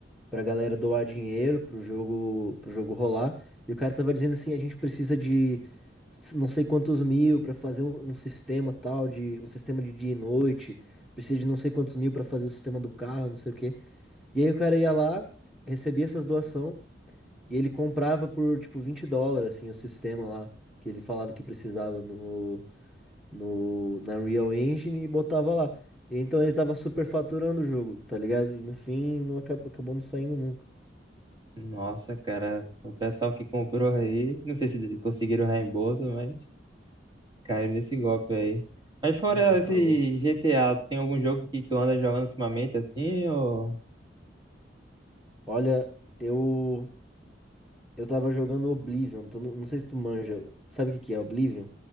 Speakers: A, in the centre; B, on the right.
A: pra galera doar dinheiro pro jogo, pro jogo rolar. E o cara tava dizendo assim, a gente precisa de s- não sei quantos mil pra fazer um, um sistema tal, de um sistema de dia e noite. Precisa de não sei quantos mil pra fazer o sistema do carro, não sei o quê. E aí o cara ia lá, recebia essas doação e ele comprava por tipo 20 dólares, assim, o sistema lá que ele falava que precisava no, no na Unreal Engine e botava lá. E então ele tava superfaturando o jogo, tá ligado? E no fim não acabou, acabou não saindo nunca.
B: Nossa, cara, o pessoal que comprou aí, não sei se conseguiram o reembolso, mas Caiu nesse golpe aí. Mas fora
A: Não,
B: esse
A: tá louco.
B: GTA, tem algum jogo que tu anda jogando ultimamente assim? Ou
A: Olha, eu eu tava jogando Oblivion, tu não, não sei se tu manja. Sabe o que que é Oblivion?